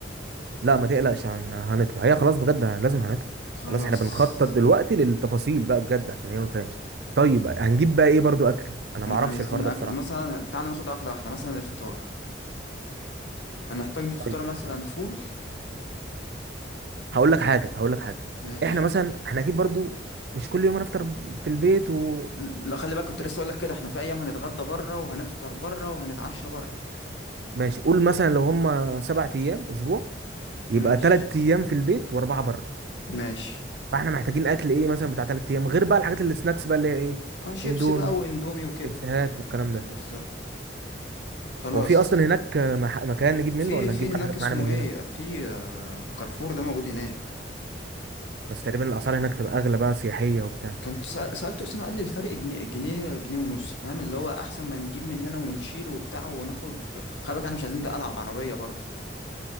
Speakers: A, on the right; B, on the left.
A: لا ما تقلقش هن- هنطلع هي خلاص بجد لازم هنطلع
B: خلاص
A: خلاص احنا بنخطط دلوقتي للتفاصيل بقى بجد عشان هي ما فيهاش طيب هنجيب بقى ايه برضو اكل انا
B: عايزين
A: ما اعرفش الحوار ده
B: اكل
A: بصراحه
B: مثلا تعالى ناخدها واحدة واحدة مثلا الفطار هنحتاج للفطار
A: طيب
B: مثلا فول
A: هقول لك حاجه هقول لك حاجه
B: ماشي
A: احنا مثلا احنا اكيد برضو مش كل يوم هنفطر في البيت و
B: لا خلي بالك كنت لسه اقول لك كده احنا في ايام هنتغدى بره وهنفطر بره وهنتعشى بره
A: ماشي قول مثلا لو هم سبع ايام اسبوع يبقى
B: ماشي
A: ثلاث ايام في البيت واربعه بره
B: ماشي
A: فاحنا محتاجين اكل ايه مثلا بتاع ثلاث ايام غير بقى الحاجات اللي سناكس بقى اللي هي ايه
B: اه شيبسي
A: اندومي
B: بقى واندومي وكده
A: شيبسيهات والكلام
B: بالظبط
A: ده
B: خلاص
A: هو في اصلا هناك مح- مكان نجيب منه
B: في
A: ولا
B: في
A: نجيب
B: هناك
A: بقى الحاجات
B: اسمه
A: معانا من
B: ايه
A: هنا
B: في آه، كارفور ده موجود هناك
A: بس تقريبا الاسعار هناك تبقى اغلى بقى سياحيه وبتاع
B: كنت سأ- سألت أسامة قال لي الفرق جنيه جنيه جنيه ونص فاهم اللي هو أحسن ما نجيب من هنا ونشيل وبتاع وناخد خلي بالك احنا مش عايزين نتقل على العربية برضه